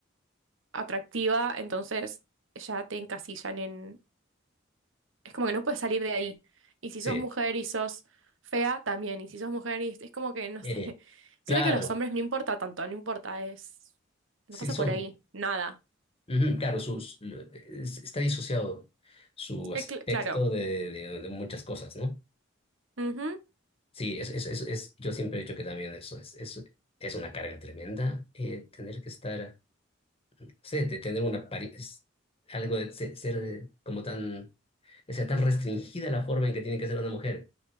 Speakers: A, on the right (about 75°); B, on the left (about 30°).
A: atractiva, entonces ya te encasillan Es como que no puedes salir de ahí. Y si
B: Sí,
A: sos mujer y sos fea, también. Y si sos mujer y es como que, no
B: eh,
A: sé. <laughs>
B: claro,
A: Siento que los hombres no importa tanto, no importa, es... No
B: sí
A: pasa
B: son.
A: por ahí, nada.
B: Ujú, Claro, sus, lo- es- está disociado su aspecto
A: Eh, cl- claro.
B: de, de- de muchas cosas, ¿no?
A: Ujú.
B: Sí, es, es, es, es- yo siempre he dicho que también eso es, es, es una carga tremenda, eh, tener que estar, no sé, de tener una, pari- es algo de se- ser, eh, como tan, o sea, tan restringida la forma en que tiene que ser una mujer.